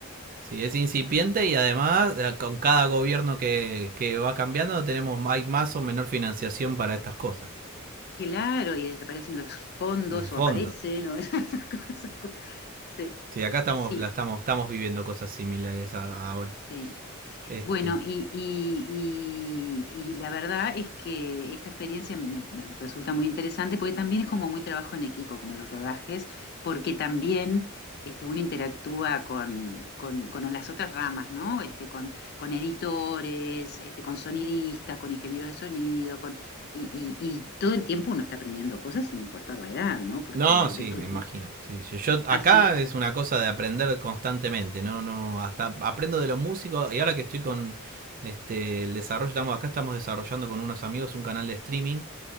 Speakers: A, on the right (about 40°); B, on the left (about 50°).
A: Sí, es incipiente y además eh, con cada gobierno que, que va cambiando tenemos hay más o menor financiación para estas cosas,
B: Claro, y desaparecen los fondos
A: los fondos.
B: o aparecen, o <laughs> esas cosas. Sí,
A: Sí, acá estamos
B: sí,
A: la estamos estamos viviendo cosas similares a- ahora.
B: sí.
A: Este
B: Bueno, y, y- y- y la verdad es que esta experiencia me, me resulta muy interesante porque también es como muy trabajo en equipo, como los rodajes, porque también este, uno interactúa con, con- con las otras ramas, ¿no? Este, con, con editores, este, con sonidistas, con ingenieros de sonido, con, y, y- y todo el tiempo uno está aprendiendo cosas sin importar la edad, ¿no? Porque,
A: No, sí,
B: viste,
A: me imagino. Sí, sí. Yo acá
B: así, que,
A: es una cosa de aprender constantemente, no, no, hasta aprendo de los músicos y ahora que estoy con este el desarrollo, estamos acá estamos desarrollando con unos amigos un canal de streaming